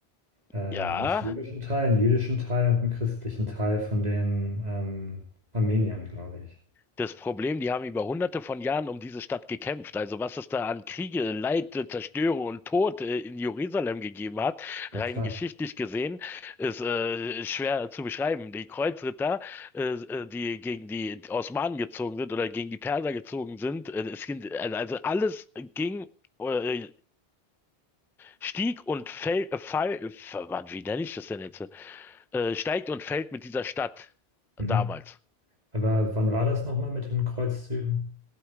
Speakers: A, on the right (about 40°); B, in the centre.
A: äh, einen
B: ja,
A: muslimischen Teil, einen jüdischen Teil und einen christlichen Teil von den ähm, Armeniern, glaube ich.
B: Das Problem, die haben über hunderte von Jahren um diese Stadt gekämpft. Also was es da an Kriege, Leid, äh, Zerstörung und Tod äh, in Jerusalem gegeben hat,
A: Na
B: rein
A: klar.
B: geschichtlich gesehen, ist äh, schwer zu beschreiben. Die Kreuzritter, äh, äh, die gegen die Osmanen gezogen sind oder gegen die Perser gezogen sind, äh, es ging, also alles ging, äh, stieg und fällt, äh, fall, äh, wie nenne ich das denn jetzt? Äh, steigt und fällt mit dieser Stadt damals.
A: Mhm. Aber wann war das nochmal mit den Kreuzzügen?